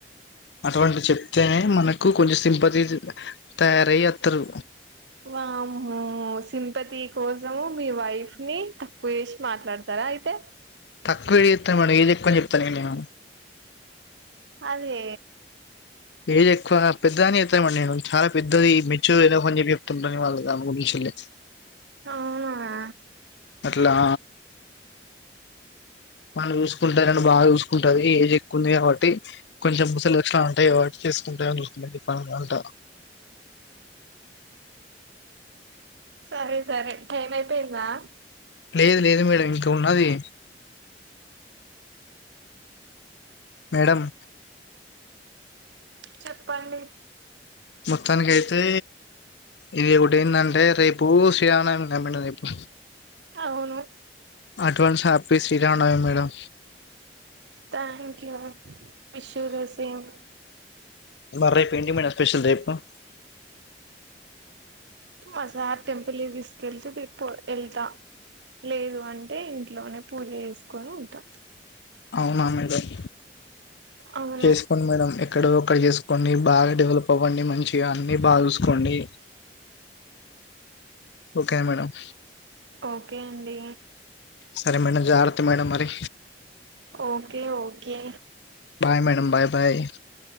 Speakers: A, on the left; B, on the right.
A: అటువంటి చెప్తేనే మనకు కొంచెం సింపతి తయారయి వత్తరు
B: వామ్మో సి సింపతి కోసము మీ వైఫ్ ని తక్కువ చేసి మాట్లాడతారా అయితే
A: తక్కువ వేడి ఇస్తాను మ ఏది ఎక్కువని చెప్తాను న నేను
B: అదే
A: ఏజ్ ఎక్కువ పెద్దదని చెతానమండి నేను చాలా పెద్దది మెచ్యూర్ ఏదో అని చెప్ప చెప్తుంటాని వాళ్ళు దాని గురించి వెళ్ళి
B: ఆవునా
A: అట్లా మనం చూసుకుంటారని బాగా చూసుకుంటారు ఏజ్ ఎక్కువ ఉంది కాబట్టి కొంచెం బుసలక్ష అంటే వా చేసుకుంటా పంట
B: సరే సరే టైమ్ అయిపోయిందా
A: లేదు లేదు మేడం ఇంకా ఉన్నది మేడమ్
B: చెప్పండి
A: మొత్తానికై తే ఇది ఇప్పుడెందంటే రేపు శ్రీరామనవమి <unintelligible> రేపు
B: అవును
A: advance happy Sri Rama Navami madam
B: thank you wish you the same
A: ఇవాళ రేపు ఏంటి మేడం స్పెషల్ రేపు అ
B: మా సార్ టెంపుల్ కి తీసుకెళ్తే రేపు వెళ్తా లేదు అంటే ఇంట్లోనే పూజ చేసుకొని ఉంటా
A: అవునా మేడమ్
B: అవును
A: చేసుకోండి మేడం ఎక్కడో అక్కడ చేసుకోండి బాగా డెవలప్ అవ్వండి మంచిగా అన్ని బాగా చూస్ చూడండి ఓకే మేడమ్
B: ఓకే అండి
A: సరే మేడం జాగ్రత్త మేడమ్ మరి
B: okay okay
A: bye madam bye bye